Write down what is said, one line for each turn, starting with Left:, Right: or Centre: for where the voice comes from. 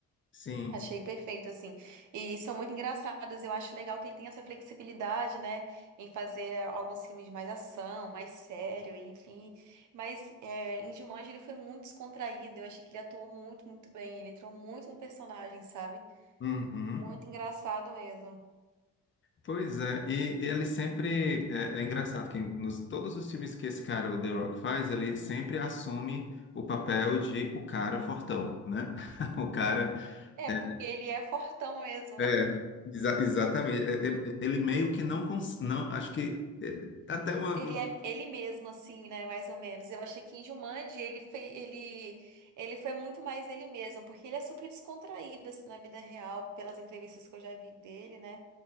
Left: Sim.
Right: Achei perfeito, assim. E são muito engraçados. Eu acho legal que ele tem essa flexibilidade, né? Em fazer eh, alguns filmes de mais ação, mais sério, enfim. Mas eh, em Jumanji ele foi muito descontraído. Eu achei que ele atuou muito, muito bem. Ele entrou muito no personagem, sabe?
Left: Uhum.
Right: Muito engraçado mesmo.
Left: Pois é, e e ele sempre é, é engraçado que nos todos os filmes que esse cara, o The Rock, faz, ele sempre assume o papel de o cara fortão, né? <laughs> O cara
Right: É,
Left: é,
Right: porque ele é fortão mesmo,
Left: é,
Right: né?
Left: exa- exatamente. É, é, Ele meio que não cons- não, acho que é, até uma,
Right: Ele é ele mesmo, assim, né? Mais ou menos. Eu achei que em Jumanji ele foi, ele, ele foi muito mais ele mesmo, porque ele é super descontraído, assim, na vida real, pelas entrevistas que eu já vi dele, né?